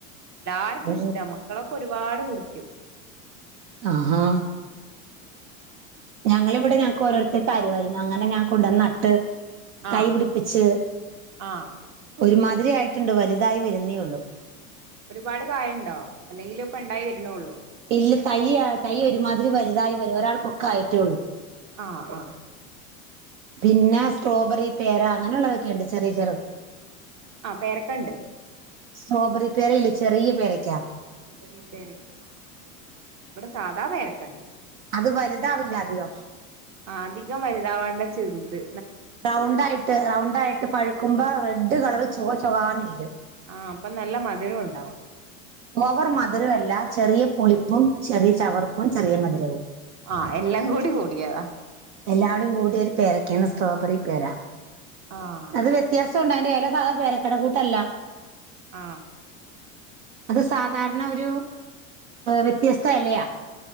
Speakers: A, on the right (about 40°); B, on the right (about 65°).
A: എല്ലാർക്കു
B: ഓ
A: ഇഷ്ടാ മക്കളൊക്കെ ഒരുപാട് ഇട്ട് കുടിക്കും
B: ആഹാ. ഞങ്ങളിവിടെ ഞങ് കൊറേയൊക്കെ തരുവാര്ന്നു. അങ്ങനെ ഞാൻ കൊണ്ട് നട്ട് തൈപിടിപ്പിച്ച്
A: ആഹ് ആഹ്
B: ഒരുമാതിരി ആയിട്ട്ണ്ട് വലുതായി വര് എന്നെ ഒള്ളു
A: ഒരുപാട് കായണ്ടോ? അല്ലെങ്കില് ഇപ്പ ഇണ്ടായി വര്ണൊള്ളോ?
B: ഇല്ല തയ്യാ തൈ ഒരുമാതിരി വല്തായി വര ഒരാൾ പൊക്കായിട്ടെള്ളൂ
A: ആ ആ
B: പിന്നെ സ്ട്രോബറി, പേര അങ്ങനൊള്ളതൊക്കെയുണ്ട് ചെറിയ ചെ
A: അ പേരക്കണ്ട്
B: സ്ട്രോബറി പേരയില്ലെ ചെറിയ പേരക്കാ
A: സ്ട്രോബറി പേരക്ക ആഹ് അതൊന്നു ഇവടെ ഇല്ല. ഇവടെ സാധാ പേരക്ക ഇണ്ട്.
B: അത് വല്താവില്ലാധികം
A: ആ അധികം വല്താവണ്ട ചെറ്ത്.
B: റൗണ്ടായിട്ട് റൗണ്ടായിട്ട് പഴ്ക്ക്മ്പോ റെഡ്ഡ് കളറ് ചൊവ ചൊവാന്നിരിക്കും
A: ആഹ് അപ്പൊ നല്ല മധുരം ഉണ്ടാവും
B: ഓവർ മധുരൊല്ല ചെറിയ പുളിപ്പും ചെറിയ ചവർപ്പും ചെറിയ മധുരവും
A: ആ എല്ലാം കൂടി കൂടിയോ
B: എല്ലാടും കൂടിയൊരു പേരക്കയാണ് സ്ട്രോബെറി പേര
A: ആഹ്
B: അത് വ്യത്യാസൊണ്ട് അയിന്റെല പേരക്കേട കൂട്ടല്ല
A: ആ
B: അത് സാധാരണ ഒരു വ്യത്യസ്തയെലയാ